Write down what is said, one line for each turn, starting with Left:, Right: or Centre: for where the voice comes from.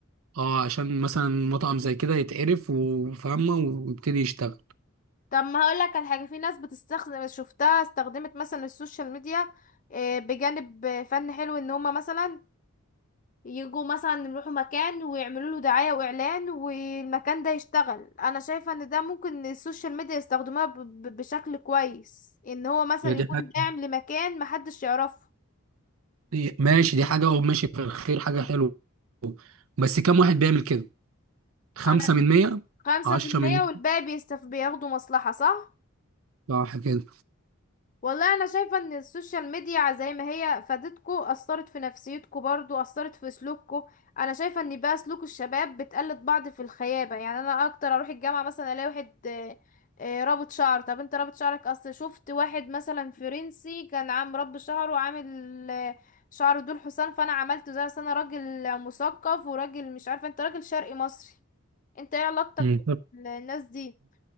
Right: اه عشان مثلا مطعم زي كده يتعرف وفاهمة ويبتدي يشتغل
Left: طب ما هقولك على حاجة في ناس بتستخدم شفتها استخدمت مثلا السوشيال ميديا آه، بجانب آه، فن حلو ان هما مثلا يجوا مثلا يروحوا مكان ويعملوا له دعاية واعلان والمكان ده يشتغل انا شايفة ان ده ممكن السوشيال ميديا يستخدموها ب- ب- بشكل كويس ان هو مثلا
Right: هي دي
Left: يكون
Right: حاجة
Left: داعم لمكان محدش يعرفه
Right: دي- ماشي دي حاجة اه ماشي في الخير حاجة حلوة بس كم واحد بيعمل كده خمسة
Left: انا
Right: من مية
Left: خمسة
Right: عشرة
Left: في المية
Right: من
Left: والباقي بيستف بياخدوا مصلحة صح
Right: صح كده
Left: والله انا شايفه ان السوشيال ميديا زي ما هي فادتكو اثرت في نفسيتكو برضو اثرت في سلوككو انا شايفه ان بقى سلوك الشباب بتقلد بعض في الخيابه يعني انا اكتر اروح الجامعه مثلا الاقي واحد آه، آه، رابط شعر طب انت رابط شعرك اصل شفت واحد مثلا فرنسي كان عام رب شعره وعامل آه، شعره دول حسام فانا عملته زي أصل انا راجل مثقف وراجل مش عارفه انت راجل شرقي مصري انت ايه علاقتك
Right: مم.
Left: بالناس دي